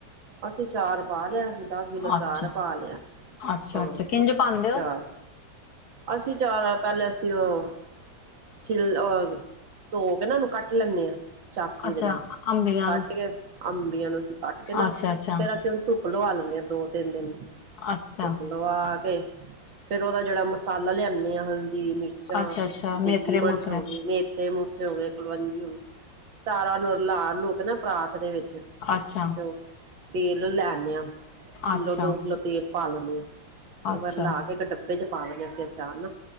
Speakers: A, on the right; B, on the left.
A: ਅਸੀਂ, ਚਾਰ। ਪਾ ਲਿਆ ਸੀ। ਦਸ ਕਿੱਲੋ, ਚਾਰ
B: ਅੱਛਾ
A: ਪਾ ਲਿਆ।
B: ਅੱਛਾ
A: ਹੂੰ,
B: ਅੱਛਾ ਕਿੰਝ ਪਾਉਂਦੇ
A: ਚਾਰ।
B: ਹੋ
A: ਅਸੀਂ ਚਾਰ, ਪਹਿਲੇ ਅਸੀਂ ਉਹ। ਛਿੱਿਲ ਅਹ ਧੋ ਕੇ ਨਾ, ਉਹਨੂੰ ਕੱਟ ਲੈਂਦੇ ਹਾਂ। ਚਾਕੂ
B: ਅੱਛਾ
A: ਦੇ ਨਾਲ
B: ਅੰਬੀਆਂ
A: ਕੱਟ
B: ਨੂੰ
A: ਕੇ ਅੰਬੀਆਂ ਨੂੰ ਅਸੀਂ ਕੱਟ ਕੇ ਨਾ
B: ਅੱਛਾ ਅੱਛਾ
A: ਫੇਰ ਅਸੀਂ ਹੁਣ ਧੁੱਪ ਲਵਾ ਲੈਣੇ ਆਾਂ ਦੋ ਤਿੰਨ ਦਿਨ
B: ਅੱਛਾ,
A: ਧੁੱਪ ਲਵਾ ਕੇ ਫੇਰ ਉਹਦਾ ਜਿਹੜਾ ਮਸਾਲਾ ਲਿਆਨਦੇ ਹ ਹ ਦੀ ਮਿਰਚਾਂ
B: ਅੱਛਾ, ਅੱਛਾ
A: ਡਿੱਗੀ
B: ਮੇਥਰੇ
A: ਮਿਰਚ
B: ਮੁਥਰੇ
A: ਹੋ ਗਈ ਮੇਥੇ ਮੂਥੇ ਹੋ ਗਏ ਕੁਲਵੰਜੀ ਹੋ ਗਈ ਸਾਰਾ ਨੂੰ ਲ ਲੋਕ ਨਾ ਪਰਾਤ ਦੇ ਵਿੱਚ
B: ਅੱਛਾ,
A: ਤੇ ਉਹ ਤੇਲ ਲੈਨ ਆ ਕਿੱਲੋ
B: ਅੱਛਾ,
A: ਦੋ ਕਿੱਲੋ ਤੇਲ ਪਾ ਲੈਦੇ ਆਾਂ
B: ਅੱਛਾ,
A: ਉਹ ਫਿਰ ਲਾ ਕੇ ਡੱਬ ਚ ਪਾ ਦਨਦੇ ਹ ਅਸੀਂ ਅਚਾਰ ਨਾ